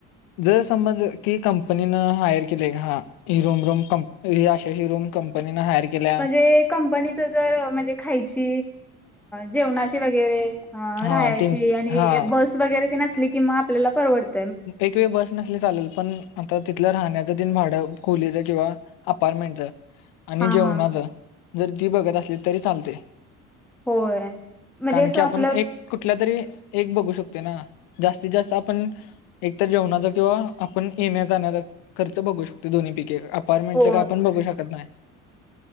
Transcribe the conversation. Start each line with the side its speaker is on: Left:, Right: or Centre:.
Left: जर समज की कंपनीन हायर केले, हा हि रूम रूम कं ही अशा हि रूम कंपनीने हायर केल्या
Centre: ते कंपनी जर म्हणजे खायची, जेवणाची वगैरे ह
Left: हा
Centre: राहायची.
Left: तीन
Centre: आणि
Left: हा
Centre: बस वगैरे तेन असली कि मग आपल्याला परवडते.
Left: एक वेळ बस नसली चालेल. पण आता तिथल राहण्याच तेन भाड खोलीच किंवा अपार्टमेंटच, आणि
Centre: हा
Left: जेवणाच
Centre: हा
Left: जर ती बघत असली तरी चालते.
Centre: होय म्हणजे
Left: कारण
Centre: असं
Left: की
Centre: आपलं
Left: आपण एक कुठल्या तरी एक बघू शकते ना. जास्तीत जास्त आपण एक तर जेवणाचा किंवा आपण येण्या जाण्याचा खर्च बघू शकतो. दोन्ही पैकी एक. अपार्टमेंटं
Centre: हो
Left: काय आपण बघू शकत नाही.